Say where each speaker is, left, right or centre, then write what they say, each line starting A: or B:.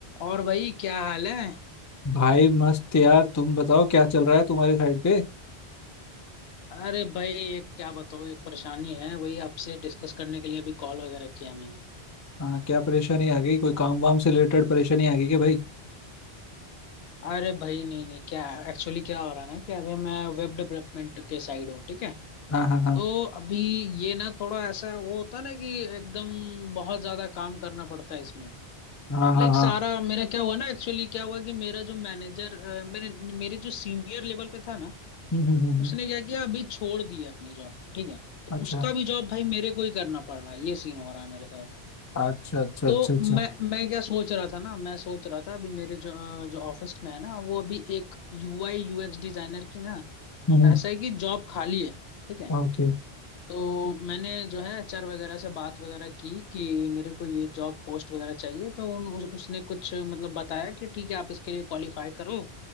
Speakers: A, on the left; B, on the left.
A: और भाई क्या हाल है
B: भाई मस्त यार तुम बताओ क्या चल रहा है तुम्हारे साइड पे
A: अरे भाई एक क्या बताओ एक परेशानी है वही आपसे डिस्कस करने के लिए अभी कॉल वगैरह किया मैंने
B: हाँ क्या परेशानी आ गई कोई काम वाम से रिलेटेड परेशानी आ गई क्या भाई
A: अरे भाई नहीं नहीं क्या एक्चुअली क्या हो रहा है ना कि अभी मैं वेब डेवलपमेंट के साइड हूँ ठीक है
B: हाँ हाँ हाँ
A: तो अभी ये ना थोड़ा ऐसा वो होता है ना कि एकदम बहुत ज्यादा काम करना पड़ता है इसमें
B: हाँ हाँ
A: लाइक
B: हाँ
A: सारा मेरा क्या हुआ ना एक्चुअली क्या हुआ कि मेरा जो मैनेजर मेरे मेरे जो सीनियर लेवल पे था ना
B: हम्म हम्म हम्म हम्म,
A: उसने क्या किया अभी छोड़ दी है अपनी जॉब ठीक है तो
B: अच्छा
A: उसका भी जॉब भाई मेरे को ही करना पड़ रहा है ये सीन हो रहा है मेरे साथ
B: अच्छा अच्छा
A: तो
B: अच्छा अच्छा
A: मैं मैं क्या सोच रहा था ना मैं सोच रहा था अभी मेरे जो जो ऑफिस में है ना वो अभी एक यूआई यूएक्स डिजाइनर की ना
B: हम्म हम्म।
A: ऐसा है कि जॉब खाली है ठीक है
B: ओके
A: तो मैंने जो है एचआर वगैरह से बात वगैरह की कि मेरे को ये जॉब पोस्ट वगैरह चाहिए तो उन, उस, उसने कुछ मतलब बताया कि ठीक है आप इसके लिए क्वालिफाई करो